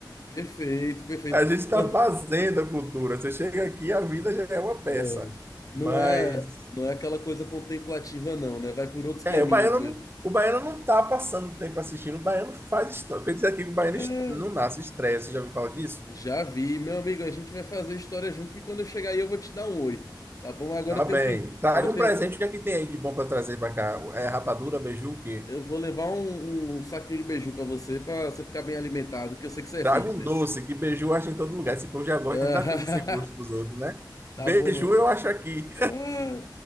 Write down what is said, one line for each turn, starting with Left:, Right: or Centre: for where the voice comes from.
Left: Perfeito, perfeito.
Right: A gente está
Left: Não,
Right: fazendo a cultura. Você chega aqui, a vida já é uma peça.
Left: ah, não
Right: Mas,
Left: é, não é aquela coisa contemplativa, não, né? Vai por outros
Right: é,
Left: caminhos
Right: o baiano
Left: mesmo.
Right: não, o baiano não tá passando tempo assistindo. O baiano faz história. Eu queria dizer aqui que o baiano
Left: <laughs>
Right: est- não nasce estresse. Você Já ouviu falar disso?
Left: Já vi, meu amigo. A gente vai fazer história junto que quando eu chegar aí eu vou te dar um oi, tá bom? Agora
Right: Tá
Left: eu tenho
Right: bem.
Left: que,
Right: Traga
Left: agora eu
Right: um
Left: tenho
Right: presente.
Left: que,
Right: O que é que tem aí de bom para trazer para cá? É rapadura, beiju, o quê?
Left: eu vou levar um, um saquinho de beiju pra você, pra você ficar bem alimentado, que eu sei que você
Right: Traga
Left: é fitness.
Right: um doce, que beiju acha em todo lugar. Esse povo já gosta
Left: <laughs>
Right: da coisa sem gosto dos outros, né?
Left: Tá
Right: Beiju
Left: bom, meu.
Right: eu acho aqui.
Left: Ah,